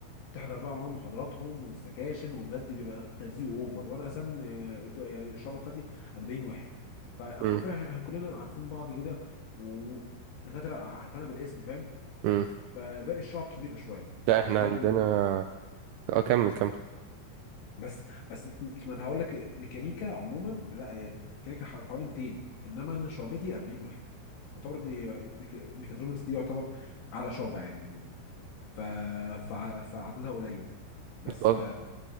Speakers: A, on the left (about 70°); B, on the right (about 85°).
A: تحضر بقى معاهم محاضراتهم والسكاشن وبجد بيبقى تلزيق اوفر وانا اصلا آه، الدو- يعني الشعبة بتاعتي 40 واحد فحرفيا
B: امم
A: احنا كلنا عارفين بعض كده ودكاترة عارفانا بالاسم فاهم
B: امم
A: فباقي الشعب كبيرة شوية
B: لا احنا
A: انتاجه
B: عندنا اه كمل كمل
A: بس بس ما انا هقول لك ميكانيكا عموما لا هي ميكانيكا حو- حوالي 200 انما انا شعبتي 40 واحد يعتبر دي ميك- ميكاترونكس دي يعتبر اعلى شعبه يعني عموما ف فع- فعددها قليل بس
B: اه
A: ف